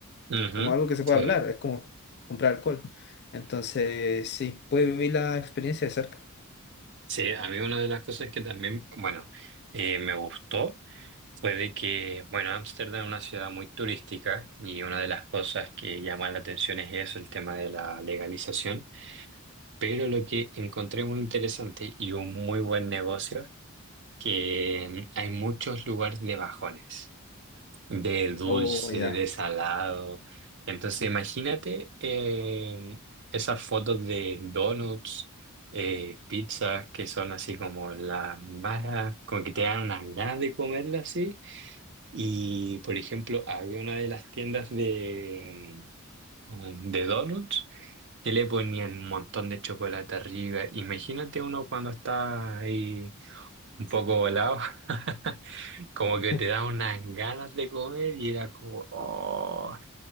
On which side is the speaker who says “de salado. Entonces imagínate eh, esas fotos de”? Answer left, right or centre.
Right